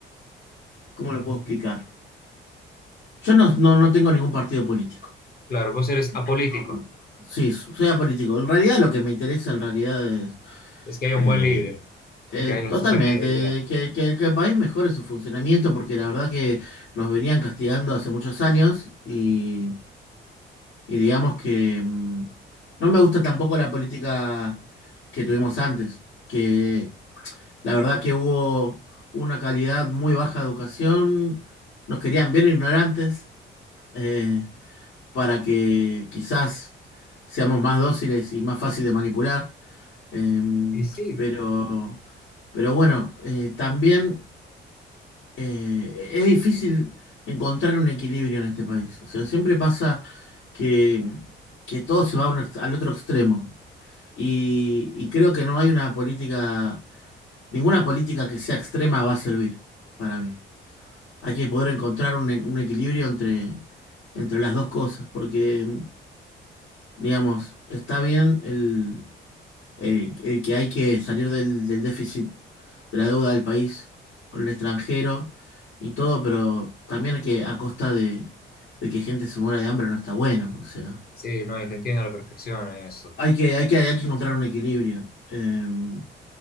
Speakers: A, on the left; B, on the left.
A: ¿cómo lo puedo explicar? Yo no, no, no tengo ningún partido político.
B: claro, vos eres apolítico.
A: No, no- sí, soy apolítico. En realidad lo que me interesa en realidad es
B: Es que hay un
A: eh,
B: buen líder
A: eh,
B: y que hay una
A: totalmente
B: sostenibilidad.
A: que, que- que el país mejore su funcionamiento porque la verdad que nos venían castigando hace muchos años y, y digamos que mm, no me gusta tampoco la política que tuvimos antes, que La verdad que hubo una calidad muy baja de educación, nos querían bien ignorantes eh, para que quizás seamos más dóciles y más fácil de manipular. Eh,
B: Y sí,
A: pero, pero bueno, eh, también eh, es difícil encontrar un equilibrio en este país. O sea, siempre pasa que, que todo se va a un ex- al otro extremo y y creo que no hay una política Ninguna política que sea extrema va a servir para mí. Hay que poder encontrar un, un equilibrio entre, entre las dos cosas, porque, digamos, está bien el, el- el que hay que salir del, del déficit de la deuda del país con el extranjero y todo, pero también hay que, a costa de, de que gente se muera de hambre, no está bueno. O sea,
B: Sí, no, y te entiendo a la perfección eso.
A: hay que, hay que, hay que encontrar un equilibrio. Eh,